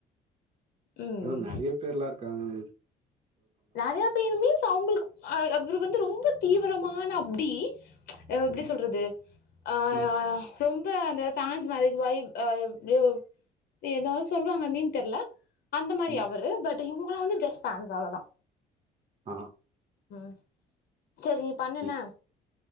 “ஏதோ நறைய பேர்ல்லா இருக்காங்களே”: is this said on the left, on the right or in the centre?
Right